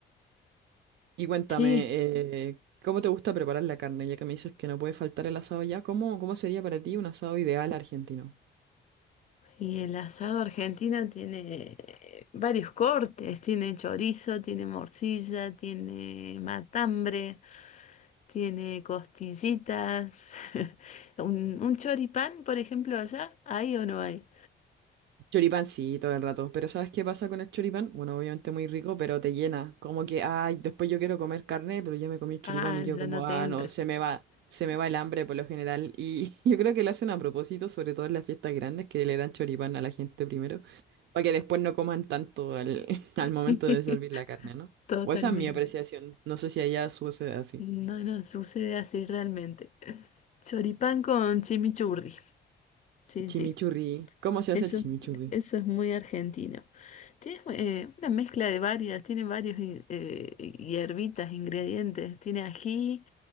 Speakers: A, on the right; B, on the left.
A: Y cuéntame,
B: Sí,
A: eh, ¿cómo te gusta preparar la carne? Ya que me dices que no puede faltar el asado ya, ¿cómo, cómo sería para ti un asado ideal argentino?
B: y el asado argentino tiene eh, varios cortes, tiene chorizo, tiene morcilla, tiene matambre, tiene costillitas. <laughs> ¿Un, un choripán, por ejemplo, allá? ¿Hay o no hay?
A: Choripán sí, todo el rato, pero ¿sabes qué pasa con el choripán? Bueno, obviamente muy rico, pero te llena, como que, ay, después yo quiero comer carne, pero ya me comí el choripán
B: Ah,
A: y yo
B: ya
A: como,
B: no
A: ah,
B: te entra.
A: no, se me va, se me va el hambre por lo general, y <laughs> yo creo que lo hacen a propósito, sobre todo en las fiestas grandes, que le dan choripán a la gente primero, para que después no coman tanto al, <laughs>
B: <laughs>
A: al momento de servir la carne, ¿no?
B: Totalmente.
A: O esa es mi apreciación, no sé si allá sucede así.
B: No, no, sucede así realmente. Choripán con chimichurri. Sí,
A: Chimichurri,
B: sí.
A: ¿cómo se hace
B: Eso,
A: el chimichurri?
B: eso es muy argentino. Tiene eh, una mezcla de varias, tiene varios in- eh, hierbitas, ingredientes. Tiene ají,